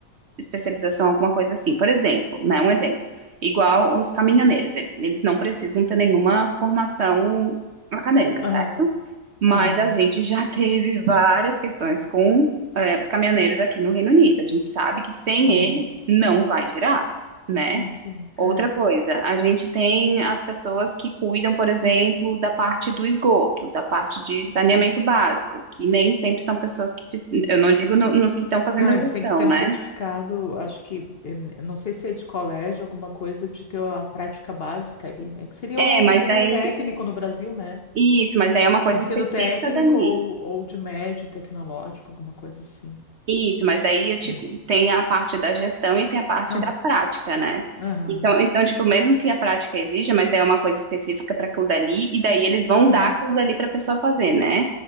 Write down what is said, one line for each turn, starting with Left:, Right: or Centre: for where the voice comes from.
Right: especialização, alguma coisa assim. Por exemplo, né? Um exemplo. Igual os caminhoneiros, e- eles não precisam ter nenhuma formação acadêmica,
Left: Aham.
Right: certo? Mas
Left: Aham.
Right: a gente já teve várias questões com eh, os caminhoneiros aqui no Reino Unido. A gente sabe que sem
Left: Aham.
Right: eles não vai girar, né?
Left: Sim, sim.
Right: Outra
Left: É.
Right: coisa, a gente tem as pessoas que cuidam, por exemplo, da parte do esgoto, da parte de saneamento
Left: Uhum.
Right: básico, que nem sempre são pessoas que precisam. Eu não digo no- nos que estão fazendo
Left: Não,
Right: a
Left: eles
Right: gestão,
Left: têm que ter
Right: né?
Left: um certificado, acho que, eh, não sei se é de colégio, alguma coisa, de ter a prática básica ali, né? Que seria
Right: É,
Left: o
Right: mas
Left: ensino
Right: daí.
Left: técnico no Brasil, né?
Right: Isso, mas daí é uma coisa
Left: O ensino
Right: específica
Left: técnico
Right: dali.
Left: ou, ou de médio tecnológico, alguma coisa assim,
Right: Isso, mas daí eu te,
Left: né?
Right: tem a parte da gestão e tem a parte
Left: Não,
Right: da prática, né?
Left: aham,
Right: Então, então, tipo, mesmo que a prática exija, mas daí é uma coisa específica para aquilo dali, e daí eles vão dar
Left: é,
Right: aquilo dali para a pessoa fazer, né?